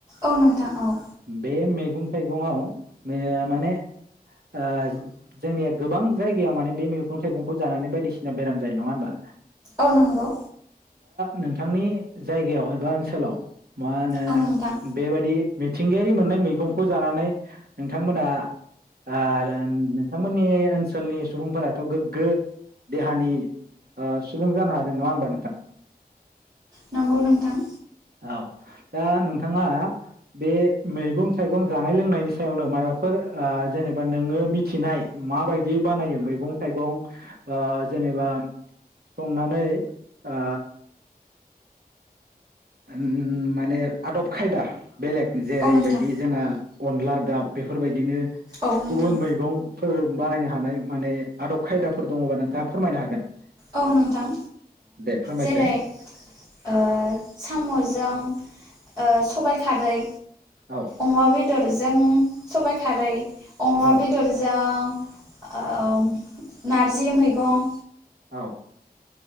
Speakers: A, on the right; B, on the right.
A: औ नोंथां औ
B: बे मैगं थाइगङाव मे माने ओज जोंनिया गोबां जायगायाव माने बे मैगं थाइगंखौ जानानै बायदिसिना बेराम जायो नङा होमबा?
A: अ नंगौ।
B: नोंथांनि जायगायाव एबा ओनसोलाव मा होनो
A: औ नोंथां
B: बेबायदि मिथिंगायारि मोननाय मैगंखौ जानानै नोंथांमोना आ नोंथांमोननि ओनसोलनि सुबुंफोराथ' गोग्गो देहानि सुबुं ओ जानो हादों नङा होमबा नोंथां?
A: नंगौ नोंथां।
B: औ दा नोंथाङा बे मैगं थाइगं जानाय लोंनायनि सायावनो माबाफोर ओ जेनेबा नोङो मिथ थिनाय माबायदि बानायो मैगं थाइगं ओ जेनेबा संनानै ओ उम माने आदब खायदा बेलेग जेरैबायदि
A: औ नोंथां
B: जोंहा अनला दाउ बेफोरबायदिनो
A: औ नोंथां
B: गुबुन मैगंफोर बानायनो हानाय माने आदब खायदाफोर दङबा नोंथाङा फोरमायनो हागोन।
A: औ नोंथां
B: दे फोरमायसाय
A: जेरै ओ साम'जों ओ सबाय खारै।
B: औ
A: अमा बेदरजों सबाय खारै। अमा
B: औ
A: बेदरजों ओम नारजि मैगं।
B: औ।